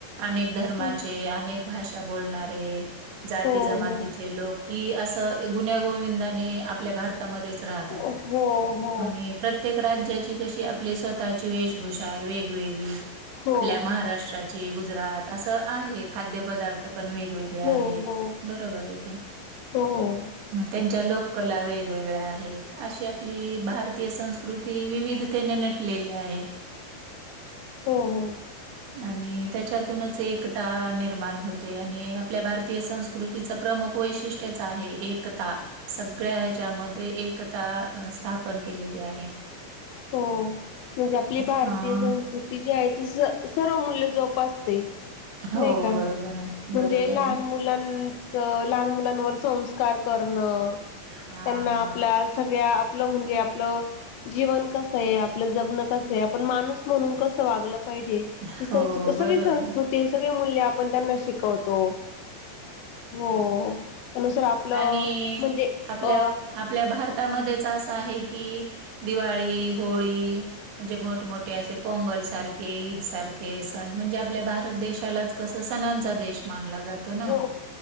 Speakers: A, on the right; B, on the left.
A: अनेक धर्माचे
B: हो
A: अनेक भाषा बोलणारे जाती
B: हो
A: जमातीचे लोक कि, असं गुन्ह्या गोविंदाने आपल्या भारतात मध्येच राहतात.
B: हो हो
A: आणि प्र प्रत्येक राज्याची कशी आपली स्वतःची वेशभूषा वेगवेगळी
B: हो
A: आपल्या
B: हो
A: महाराष्ट्राची ची गुजरात असं आहे खाद्य पदार्थ तिथं पण वेगवेगळया
B: हो हो
A: आहेत बरोबर आहे की,
B: हो हो
A: त्यांच्या लोककला वेग वेगवेगळ्या आहेत. अशी आपली भारतीय संस्कृती विविधतेने नटलेली आहे.
B: हो हो.
A: आणि त्याच्यातूनच एकता निर्माण होते आणि आपल्या भारतीय संस्कृतीचं प्रमुख वैशिष्ट्य ष्टयच आहे एकता. सगळ्या ह्याच्यामध्ये एकता स्थापन केलेली आहे.
B: हो म्हणजे आपली भारतीय
A: हा
B: संस्कृती जी आहे ती स सर्व मूल्य जोपास ते नाही
A: हो
B: का?
A: बरोबर आहे
B: म्हणजे
A: बरोबर
B: लहान
A: आहे.
B: मु लांच लहान मुलांवर संस्कार करणं
A: हा
B: त्यांना आपला सगळ्या आपलं म्हणजे आपलं जीवन कसं आहे. आपलं जगणं कसं आहे आपण माणूस म्हणून कसं वागलं पाहिजे. ही
A: हो
B: सं सगळी
A: बरोबर
B: संस्कृती
A: आहे
B: ते सगळे मूल्य आपण त्यांना शिकवतो हो त्यानुसार आपलं
A: आणि..
B: म्हणजे
A: आपल्या
B: अ
A: आपल्या भारतामध्येच असं आहे की, दिवाळी, होळी म्हणजे मोठमोठे असे पोंगल सारखे ईद सारखे सण म्हणजे आपल्या भारत देशालाच कसं सणांचा देश मानला जातो न
B: हो